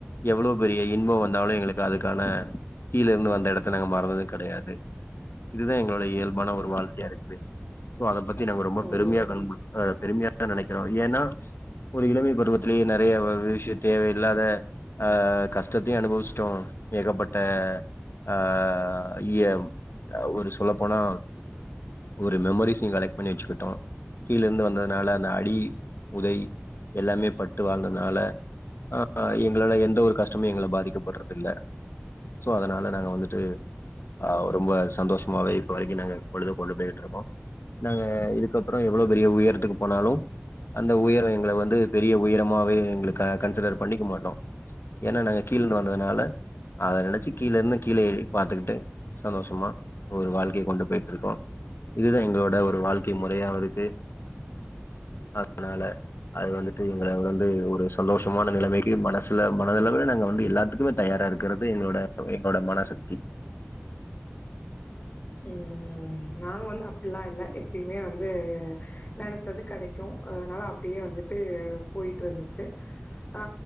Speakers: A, on the left (about 60°); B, on the left (about 40°).
A: எவ்ளோ பெரிய இன்பம் வந்தாலும் எங்களுக்கு அதுக்கான கீழ இருந்து வந்த இடத்த நாங்க மறந்தது கடையாது இதுதா எங்களோட இயல்பான ஒரு வாழ்க்கையா இருக்குது சோ அத பத்தி நாங்க ரொம்ப
B: ஓ
A: பெருமையா க பெருமையா நனைக்கிறோம் ஏன்னா ஒரு இளமை பருவத்திலேயே நறைய விஷய தேவையில்லாத ஆ கஷ்டத்தையும் அனுபவிச்சட்டோம் ஏகப்பட்ட அ இய ஒரு சொல்லப்போனா ஒரு மெமரிசையும் கலெக்ட் பண்ணி வச்சுக்கிட்டோம் கீழேருந்து வந்ததுனால அந்த அடி உதை எல்லாமே பட்டு வாழ்ந்ததுனால ஆ எங்களால எந்த ஒரு கஷ்ட டமும் எங்கள பாதிக்கப்பட்றது இல்ல சோ அதனால நாங்க வந்துட்டு ஆ ரொம்ப சந்தோஷமாவே இப்ப வரைக்கும் நாங்க பொழுது கொண்டு போயிட்டு இருக்கோம் நாங்க இதுக்கப்புறம் எவ்ளோ பெரிய உயரத்துக்கு போனாலும் அந்த உயரம் எங்கள வந்து பெரிய உயரமாவே எங்க கன்சிடர் பண்ணிக்க மாட்டோம் ஏன்னா நாங்கள் கீழேு வந்ததுனால அத நினைச்சு கீழே இருந்து கீழே எழு பாத்துக்கிட்டு சந்தோஷமா ஒரு வாழ்க்கைய கொண்டு போய்ட்டு இருக்கோம் இதுதா எங்களோட ஒரு வாழ்க்கை முறையா இருக்கு அதனால அது வந்துட்டு எங்கள வந்து ஒரு சந்தோஷமான நிலைமைக்கு மனசுல மனதளவுல நாங்க வந்து எல்லாத்துக்குமே தயாரா இருக்கறது எங்களோட எங்களோட மனசக்தி
B: ம் நாங்க வந்து அப்பட்ல்லாம் இல்ல எப்பயுமே வந்து நனைச்சது கடைக்கும் அதனால அப்டியே வந்துட்டு போயிட்டு இருந்துச்சு ஆ